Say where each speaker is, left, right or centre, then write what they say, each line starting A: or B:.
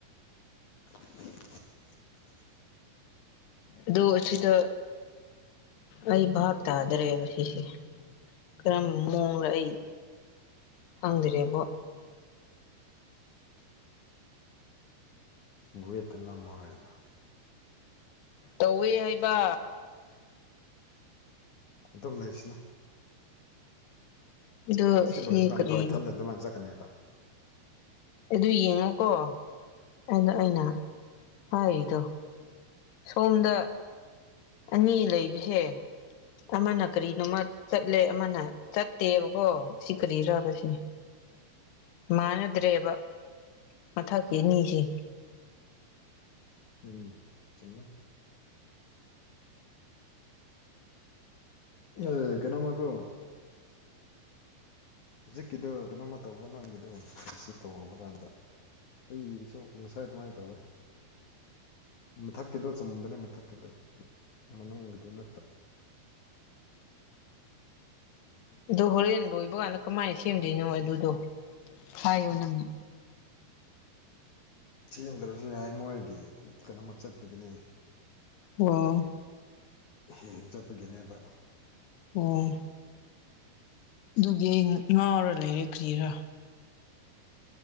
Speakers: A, on the left; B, on the left.
A: <unintelligible>
B: ꯑꯗꯨ ꯑꯁꯤꯗ ꯑꯩ ꯚꯥꯞ ꯇꯥꯗ꯭ꯔꯦꯕ ꯁꯤꯁꯦ ꯀꯔꯝꯕ ꯃꯑꯣꯡꯗ ꯑꯩ ꯈꯪꯗ꯭ꯔꯦꯕꯣ
A: ꯕꯨꯌꯦꯠꯇ ꯅꯝꯃꯣ ꯍꯥꯏꯔꯒ
B: ꯇꯧꯋꯦ ꯍꯥꯏꯕ
A: ꯑꯗꯨꯝ ꯂꯩꯁꯅꯨ
B: ꯑꯗꯨ
A: ꯁꯤ ꯂꯣꯏꯕ ꯀꯥꯟꯗ
B: ꯀꯔꯤ
A: ꯃꯊꯟꯗ ꯑꯗꯨꯃꯥꯏꯅ ꯆꯠꯀꯅꯦꯕ
B: ꯑꯗꯨ ꯌꯦꯡꯉꯣꯀꯣ ꯑꯗꯨ ꯑꯩꯅ ꯍꯥꯏꯔꯤꯗꯣ ꯁꯣꯝꯗ ꯑꯅꯤ ꯂꯩꯕꯁꯦ ꯑꯃꯅ ꯀꯔꯤꯅꯣꯃꯥ ꯆꯠꯂꯦ ꯑꯃꯅ ꯆꯠꯇꯦꯕꯀꯣ ꯁꯤ ꯀ꯭ꯔꯤꯔꯕꯁꯦ ꯃꯥꯟꯅꯗ꯭ꯔꯦꯕ ꯃꯊꯛꯀꯤ ꯑꯅꯤꯁꯦ
A: ꯎꯝ ꯆꯨꯝꯃꯦ <unintelligible> ꯑꯦ ꯀꯩꯅꯣꯝꯃꯀꯣ ꯍꯧꯖꯤꯛꯀꯤꯗꯣ ꯀꯩꯅꯣꯃ ꯇꯧꯕ ꯅꯪꯒꯤꯗꯣ ꯁꯤ ꯇꯩꯕ ꯀꯥꯟꯗ ꯑꯩꯒꯤꯁꯨ ꯉꯁꯥꯏ ꯑꯗꯨꯃꯥꯏ ꯇꯧꯋꯦ ꯃꯊꯛꯀꯤꯗꯣ ꯆꯨꯝꯕꯅꯦ ꯃꯊꯛꯀꯤꯗꯣ ꯃꯅꯨꯡꯒꯤꯗꯣ ꯅꯠꯇꯕ
B: ꯑꯗꯣ ꯍꯣꯔꯦꯟ ꯂꯣꯏꯕ ꯀꯥꯟꯗ ꯀꯃꯥꯏꯅ ꯁꯦꯝꯗꯣꯏꯅꯣ ꯑꯗꯨꯗꯣ ꯍꯥꯏꯌꯣ ꯅꯪꯅ
A: ꯁꯦꯡꯗ꯭ꯔꯁꯨ ꯌꯥꯏ ꯃꯣꯏꯒꯤ ꯀꯩꯅꯣꯝꯃ ꯆꯠꯄꯗꯒꯤꯅꯦ
B: ꯑꯣ
A: ꯍꯦꯡ ꯆꯠꯄꯒꯤꯅꯦꯕ
B: ꯑꯣ
A: <inaudible>
B: ꯑꯗꯨꯒꯤ ꯑꯩ ꯉꯥꯎꯔ ꯂꯩꯔꯦ ꯀ꯭ꯔꯤꯔꯥ